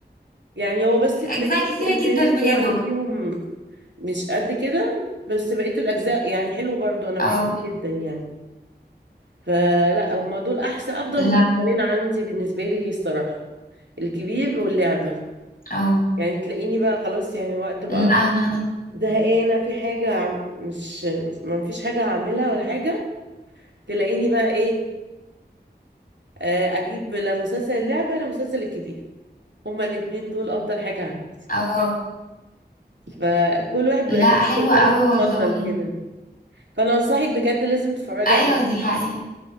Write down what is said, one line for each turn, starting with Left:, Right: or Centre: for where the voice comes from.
Right: يعني هو بس تلاقي
Left: اجزاء كتيره
Right: الجزء الخامس
Left: جدا بجد
Right: هو اللي فيهم مش قد كده بس بقية الاجزاء يعني حلو برضو انا بحبه
Left: اه
Right: جدا يعني فلا هم دول احسن افضل
Left: لا
Right: مسلسلين عندي بالنسبة لي الصراحة الكبير واللعبة
Left: اه
Right: يعني تلاقيني بقى خلاص يعني وقت بقى
Left: لا انا
Right: زهقانة في حاجة عم- مش ما فيش حاجة هعملها ولا حاجة تلاقيني بقى ايه آه، اجيب لا مسلسل اللعبة لا مسلسل الكبير هما الاتنين دول افضل حاجة عندي
Left: اه
Right: فكل واحد بيبقى
Left: لا
Right: ليه
Left: حلوه
Right: مسلسله
Left: قوي
Right: المفضل
Left: والله
Right: كده فانا انصحك بجد لازم تتفرجي
Left: ايوه
Right: عليه
Left: دي حقيقه